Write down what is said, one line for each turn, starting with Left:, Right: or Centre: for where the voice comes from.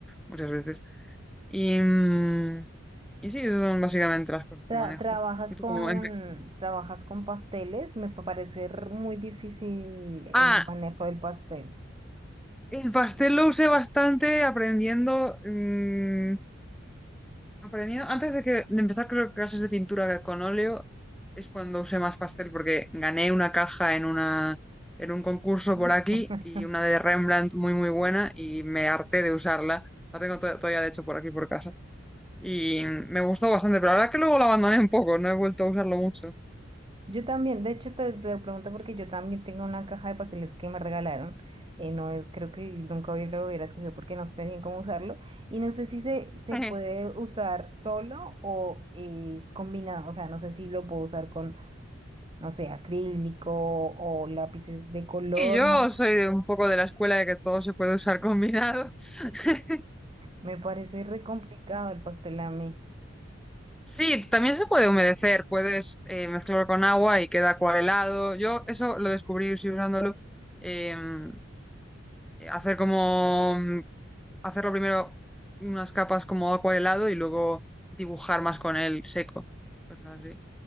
Centre: muchas veces. Y, mm, y sí, esas son básicamente las cosas
Right: Tra-
Centre: que manejo.
Right: trabajas
Centre: ¿Y tú
Right: con,
Centre: cómo? en qué-
Right: trabajas con pasteles, me pa- parece r- muy difícil el
Centre: Ah,
Right: manejo del pastel.
Centre: el pastel lo usé bastante aprendiendo. mm, aprendido, antes de que de empezar creo que clases de pintura con óleo es cuando usé más pastel porque gané una caja en una en un concurso
Right: <laughs>
Centre: por aquí y una de Rembrandt muy muy buena y me harté de usarla. La tengo to- todavía de hecho por aquí por casa y me gustó bastante, pero la verdad que luego la abandoné un poco, no he vuelto a usarlo mucho.
Right: Yo también, de hecho te, te lo pregunto porque yo también tengo una caja de pasteles que me regalaron. eh, no es, creo que nunca hubiera- lo hubiera escogido porque no sé bien cómo usarlo. Y no sé si se, se
Centre: <laughs>
Right: puede usar solo o es combinado. O sea, no sé si lo puedo usar con, no sé, acrílico o lápices de color.
Centre: sí yo
Right: No,
Centre: soy de un poco de la escuela de que todo se puede usar combinado. <laughs>
Right: me parece re complicado el pastel a mí.
Centre: Sí, también se puede humedecer, puedes eh, mezclarlo con agua y queda acuarelado. Yo eso lo descubrí sí, usándolo. em, eh, hacer como mm, hacerlo primero unas capas como acuarelado y luego dibujar más con él seco. Cosas así.